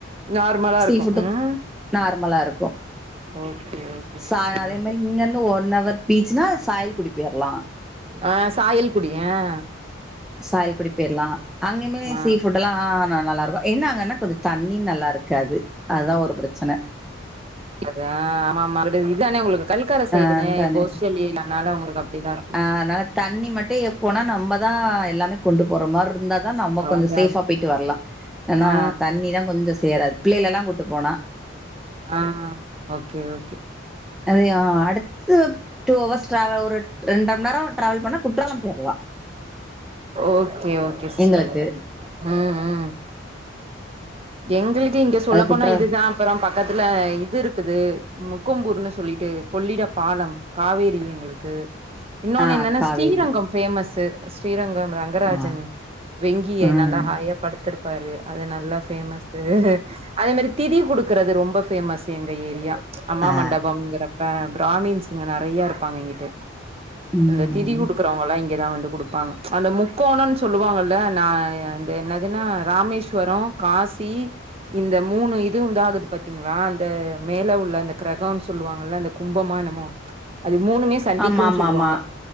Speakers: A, on the right; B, in the centre.
A: நார்மலா
B: சீ
A: இருக்கும்
B: ஃபுட்டு
A: ம்
B: நார்மலா இருக்கும்
A: ஓகே ஓகே
B: சா
A: சிஸ்டர்
B: அதே
A: ஓகே
B: மாரி இங்க இருந்து ஒன் அவர் பீச்சுனா சாயல்குடி போய்ரலாம்
A: ஆ சாயல்குடி அ
B: சாயல்குடி பேயிர்லா அங்கயுமே
A: ஆ
B: சீ ஃபுட் எல்லா நல்லா இருக்கும் என்ன அங்கன்னா கொஞ்சம் தண்ணி நல்லா இருக்காது அதுதா ஒரு பிரச்சன
A: அது அ ஆமா ஆமா அந்த இதானே உங்களுக்கு கல்கர சைடு
B: அ
A: தனே
B: தண்ணி
A: கோஷ்செல் ஏரியா அதனால உங்களுக்கு அப்டி தா இருக்
B: ஆ அதனால தண்ணி மட்டும் எப்போனா நம்மதா எல்லாமே கொண்டு போற மார் இருந்தா தான் நம்ம கொஞ்சோ
A: அதா
B: சேஃபா பேய்ட்டு வர்லாம் ஏனா
A: ஆ
B: தண்ணிதா கொஞ்சம் சேராது பிள்ளையிலலா கூட்டு போனா
A: ஆ ஓகே ஓகே
B: அத ஆ அடுத்து டூ ஹவர்ஸ் ட்ராவல் ஒரு ரெண்ட்ர மணி நேரம் டிராவல் பண்ணா குற்றாலம் பேயிர்லாம்
A: ஓகே ஓகே சிஸ்டர்
B: எங்களுக்கு
A: ஓகே ம் ம் எங்களுக்கே இங்க சொல்ல
B: அது
A: போனா
B: குற்றா
A: இதுதா அப்புறம் பக்கத்துல இது இருக்குது முக்கொம்பூர்ன்னு சொல்லிட்டு கொள்ளிட பாலம் காவேரி எங்களுக் க்கு இன்னொன்னு
B: ஆ
A: என்னன்னா
B: காவேரி
A: ஸ்ரீரங்கம் பேமஸு ஸ்ரீரங்கம் ரங்கராஜன்
B: ஆ
A: வெங்கியை
B: ம்
A: நல்லா ஹாயாக படுத்திருப்பாரு அது நல்ல பேமஸு அதே மாரி திதி குடுக்குறது ரொம்ப பேமஸ் எங்க ஏரியா அம்மா
B: ஆ
A: மண்டபம்ங்கிறப்ப பிராமின்ஸ்ங்க நெறைய இருப்பாங்க இங்கிட்டு
B: ம்
A: இந்த திதி குடுக்குறவங்க எல்லா இங்கதா வந்து குடுப்பாங்க அந்த முக்கோணோன்னு சொல்லுவாங்கல்ல நா என்னதுன்னா ராமேஷ்வரோ காசி இந்த மூணு இதுவுந்தா அதுக்கு பாத்தீங்களா அந்த மேல உள்ள அந்த க்ரகம்னு சொல்லுவாங்கல்ல அந்த கும்பமா என்னமோ அது மூணுமே சந்திக்கும்னு
B: ஆமா ஆமா
A: சொல்லுவாங்க
B: ஆமா